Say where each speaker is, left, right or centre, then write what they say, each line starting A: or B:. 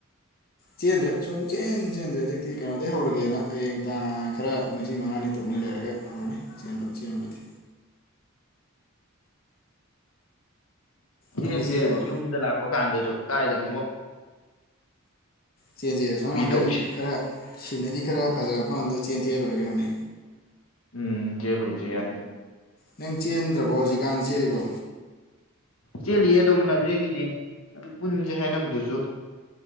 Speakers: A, on the left; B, on the left.
A: ꯆꯦꯟꯗ꯭ꯔꯦ ꯁꯨꯝ ꯆꯦꯟ ꯆꯦꯟꯗ꯭ꯔꯦ ꯍꯧꯖꯤꯛꯇꯤ ꯀꯩꯅꯣꯗꯒꯤꯩ ꯍꯧꯔꯒꯦꯅ ꯍꯌꯦꯡ ꯇꯥꯡ ꯈꯔ ꯉꯁꯤ ꯃꯉꯥꯅꯤ ꯇꯔꯨꯛꯅꯤ ꯂꯩꯔꯒ ꯍꯧꯔꯅꯤ ꯆꯦꯟꯕ ꯆꯦꯟꯕꯗꯤ
B: ꯁꯦꯟꯁꯦ
A: ꯅꯪꯗꯤ ꯆꯦꯜꯂꯤꯕꯣ
B: ꯌꯨꯝꯗ ꯂꯥꯛꯄ ꯀꯥꯟꯗꯁꯨ ꯀꯥꯏꯗꯅꯣꯃꯣ
A: ꯆꯦꯟ ꯆꯦ ꯁꯣꯝ ꯅꯥꯀꯟ
B: ꯇꯧꯁꯦ
A: ꯈꯔ ꯁꯤꯅꯔꯤ ꯈꯔ ꯐꯖꯕ ꯃꯐꯝꯗꯣ ꯆꯦꯟ ꯆꯦꯜ ꯂꯣꯏꯔ ꯀꯅꯣꯅꯦ
B: ꯎꯝ ꯆꯂꯨꯖ ꯌꯥ
A: ꯅꯪ ꯆꯦꯟꯗ꯭ꯔꯕꯣ ꯍꯧꯖꯤꯛꯀꯥꯟ ꯆꯦꯜꯂꯤꯕꯣ
B: ꯆꯦꯜꯂꯤꯌꯦ ꯑꯗꯣꯝ ꯂꯝꯖꯤꯡꯒꯤꯗꯤ ꯑꯗꯨ ꯄꯨꯟꯁꯦ ꯍꯥꯏꯅꯕꯗꯨꯁꯨ